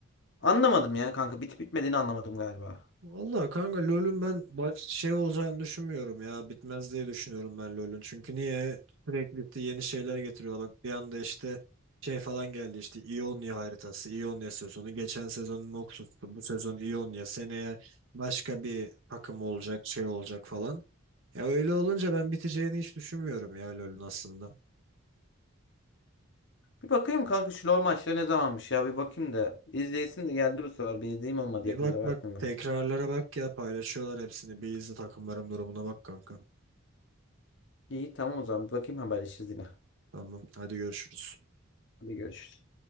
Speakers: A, on the left (about 55°); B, on the right (about 65°).
A: Anlamadım ya kanka bitip bitmediğini anlamadım galiba.
B: Vallahi kanka LoL'ün ben baş şey olacağını düşünmüyorum ya. Bitmez diye düşünüyorum ben LoL'ün. Çünkü niye sürekli işte yeni şeyler getiriyorlar. Bak bir anda işte şey falan geldi işte Ionia haritası, Ionia sezonu. Geçen sezon Noxus'tu. Bu sezon Ionia. Seneye başka bir takım olacak, şey olacak falan. Ya öyle olunca ben biteceğini hiç düşünmüyorum ya LoL'ün aslında.
A: Bir bakayım kanka şu LoL maçları ne zamanmış ya bir bakayım da. İzleyesim de geldi bu sefer bir izleyeyim olmadı
B: Bir
A: yakında
B: bak
A: versin
B: bak
A: ben.
B: tekrarlara bak ya paylaşıyorlar hepsini. Bir izle takımların durumuna bak kanka.
A: İyi tamam o zaman bir bakayım haberleşiriz yine.
B: Tamam hadi görüşürüz.
A: Hadi görüşürüz.